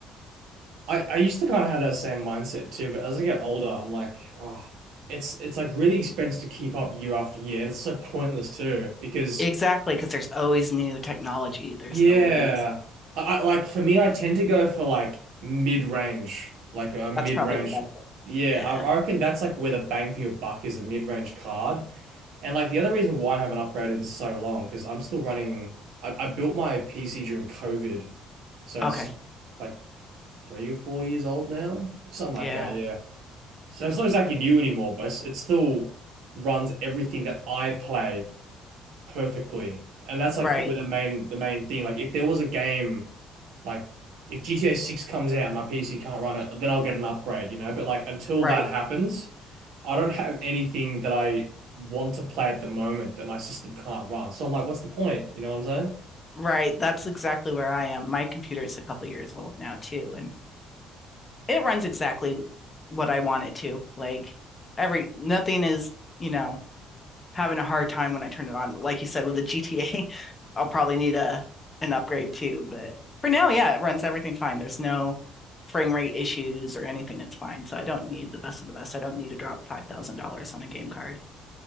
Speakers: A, on the right; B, on the left.
A: I, I used to kind of have that same mindset too, but as I get older, I'm like, oh, it's it's like really expensive to keep up year after year, and it's so pointless too because
B: Exactly, because there's always new technology. There's
A: yeah,
B: always
A: I, I like for me, I tend to go for like mid-range, like a mid-range.
B: that's probably the best. way.
A: Yeah,
B: Yeah.
A: I, I reckon that's like where the bang for your buck is a mid-range card, and like the other reason why I haven't upgraded in so long because I'm still running. I, I built my PC during COVID, so
B: Okay.
A: it's like three or four years old now, something like
B: Yeah.
A: that. Yeah. So it's not exactly new anymore, but it's, it still runs everything that I play perfectly. And that's like
B: Right.
A: probably the main the main thing. Like if there was a game like if GTA 6 comes out and my PC can't run it, then I'll get an upgrade, you know? But like until
B: Right.
A: that happens, I don't have anything that I want to play at the moment that my system can't run. So I'm like, what's the point? You know what I'm saying?
B: Right. That's exactly where I am. My computer is a couple years old now too, and it runs exactly what I want it to. Like every nothing is, you know, having a hard time when I turn it on. Like you said, with the GTA, <laughs> I'll probably need a an upgrade too. But for now, yeah, it runs everything fine. There's no frame rate issues or anything. It's fine. So I don't need the best of the best. I don't need to drop five thousand dollars on a game card.